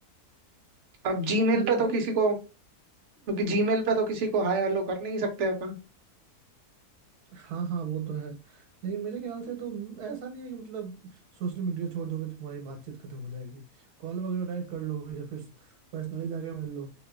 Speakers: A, on the right; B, on the right.
A: अब जीमेल
B: मेरे
A: पे तो
B: ख्याल
A: किसी
B: से
A: को जीमेल पे तो किसी को हाय हेलो कर नहीं सकते अपन
B: हाँ हाँ वो तो है लेकिन मेरे ख्याल से तो ऐसा नहीं है कि मतलब सोशल मीडिया छोड़ दोगे तो तुम्हारी बातचीत खत्म हो जाएगी कॉल वगैरह डायरेक्ट कर लो या फिर पर्सनली जाके मिल लो